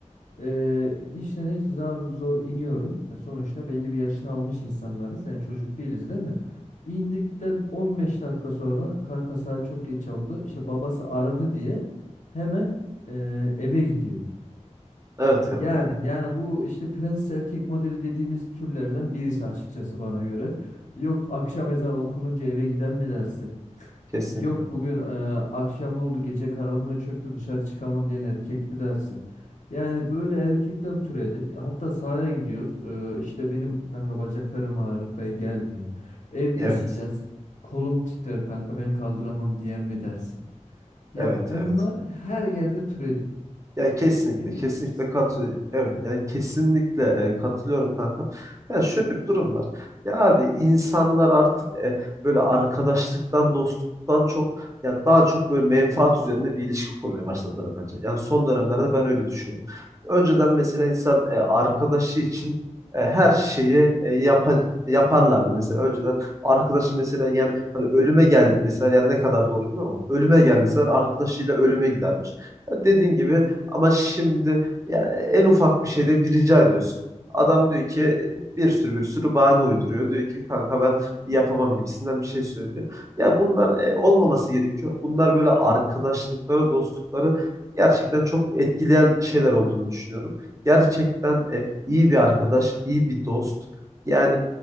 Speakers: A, on the left; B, on the right.
A: Ee, işte neyse zar zor iniyorum. Ya sonuçta belli bir yaşını almış insanlarız. Yani çocuk değiliz değil mi? İndikten 15 dakika sonra kanka saat çok geç oldu. İşte babası aradı diye hemen e, eve gidiyor.
B: Evet kanka.
A: Yani yani bu işte prens erkek modeli dediğimiz türlerden birisi açıkçası bana göre. Yok akşam ezan okununca eve giden mi dersin?
B: Kesinlikle.
A: Yok bugün e, akşam oldu gece karanlığı çöktü dışarı çıkamam diyen erkek mi dersin? Yani böyle erkekler türedi. Hatta sahaya gidiyoruz. E, işte benim kanka bacaklarım ağrır ben gelmeyeyim. Ev
B: Evet.
A: taşıyacağız. Kolum titrer kanka ben kaldıramam diyen mi dersin? Ya
B: Evet,
A: bunlar
B: evet.
A: her yerde türedi.
B: Ya kesinlikle,
A: Ne
B: kesinlikle
A: diyebilirsin?
B: kat evet yani kesinlikle e, katılıyorum kanka. Ya şöyle bir durum var. Ya abi insanlar artık e, böyle arkadaşlıktan, dostluktan çok ya daha çok böyle menfaat üzerine bir ilişki kurmaya başladılar bence. Yani son dönemlerde ben öyle düşünüyorum. Önceden mesela insan e, arkadaşı için e, her şeyi e, yapa- yaparlardı mesela önceden arkadaşı mesela yani hani ölüme gel deseler yani ne kadar doğru bilmiyorum ama ölüme gel deseler arkadaşıyla ölüme gidermiş. Ya Dediğin gibi ama şimdi yani en ufak bir şeyde bir rica ediyorsun. Adam diyor ki bir sürü bir sürü bahane uyduruyor. Diyor ki kanka ben yapamam gibisinden bir şey söylüyor. Ya bunlar e, olmaması gerekiyor. Bunlar böyle arkadaşlıkları, dostlukları gerçekten çok etkileyen şeyler olduğunu düşünüyorum. Gerçekten e, iyi bir arkadaş, iyi bir dost. Yani